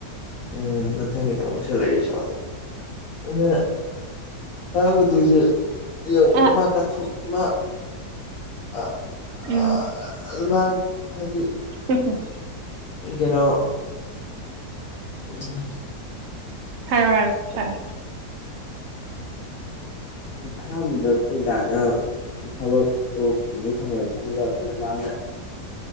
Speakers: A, on the left (about 60°); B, on the right (about 75°).
A: ꯎꯝ ꯃꯊꯪꯒꯤꯗ ꯑꯃꯨꯛ ꯁꯦꯂꯔꯤ ꯆꯥ ꯑꯗꯨꯅ ꯒꯇꯁꯦ ꯌꯦꯡ
B: ꯑ
A: ꯃꯥ ꯀꯥꯊꯣꯛ ꯃꯥ ꯑ
B: ꯎꯝ
A: ꯑ ꯃꯥ ꯍꯥꯏꯗꯤ
B: ꯎꯝ ꯍꯨꯝ
A: ꯀꯩꯅꯣ <unintelligible>
B: ꯍꯥꯏꯔꯣ ꯍꯥꯏꯔꯣ ꯇꯥꯏ
A: ꯗꯤ ꯑꯍꯥꯟꯕꯗ ꯑꯩꯈꯣꯏ ꯗꯥꯅ ꯊꯕꯛꯇꯣ ꯐꯪꯅꯤ ꯐꯪꯉꯣꯏ ꯈꯟꯗ ꯑꯗꯨ ꯃꯥꯅ